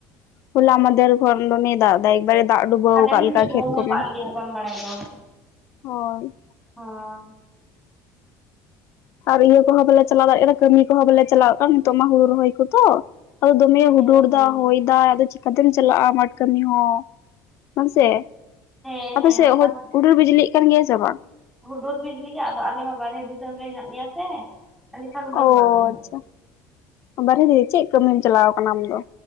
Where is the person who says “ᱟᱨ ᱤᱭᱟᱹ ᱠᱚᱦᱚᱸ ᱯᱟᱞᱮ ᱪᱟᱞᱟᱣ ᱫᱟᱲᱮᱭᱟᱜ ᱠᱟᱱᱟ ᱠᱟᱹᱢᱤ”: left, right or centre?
Left